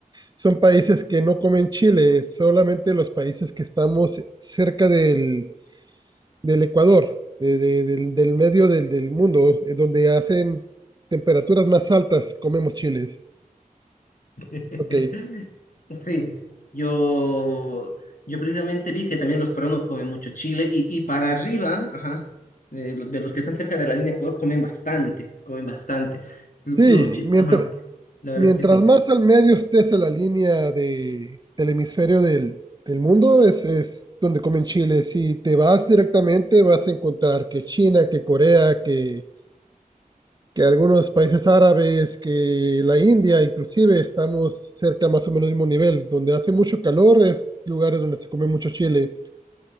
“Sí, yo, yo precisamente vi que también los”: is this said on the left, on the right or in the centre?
Left